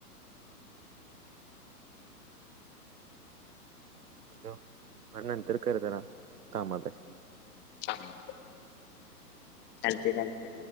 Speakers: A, on the right; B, on the left.
A: हॅलो मग नंतर कर जरा कामात आहे
B: चालतंय काय तर